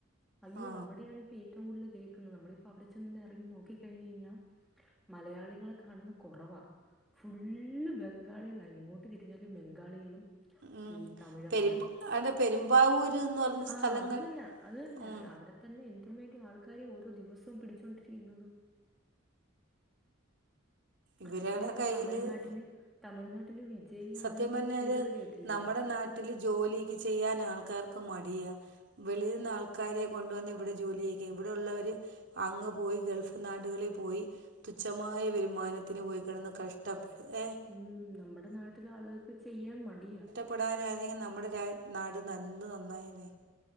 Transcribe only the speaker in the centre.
അയ്യോ
അവ്ടെയാണ് ഇപ്പ ഏറ്റ് ഏറ്റവും കൂടുതല് കേൾക്കുന്നത് നമ്മളിപ്പ അവ്ടെ ചെന്ന് എറങ്ങി നോക്കി കഴിഞ്ഞു കഴിഞ്ഞാ മലയാളികളെ കാണുന്ന കൊറവാ ഫുള്ള് ബംഗാളികളാ എങ്ങോട്ട് തിരിഞ്ഞാലും ബംഗാളികളും
ഈ തമിഴന്മാരും
ആ
അത് തന്നെ അത് തന്നെ
അവിടെ തന്നെ എന്തും വേണ്ടീ ആൾക്കാരെയാ ഓരോ ദിവസവും പിടിച്ചൊണ്ടിരിക്കുന്നത്
അതേപോലെ ഇപ്പ
തമിഴ്നാട്ടില് തമിഴ്നാട്ടില് വിജയിയാണെങ്കി
ചെയ്തത് കേട്ടില്ലേ
ഉം നമ്മടെ നാട്ടിലെ ആളുകൾക്ക് ചെയ്യാൻ മടിയാ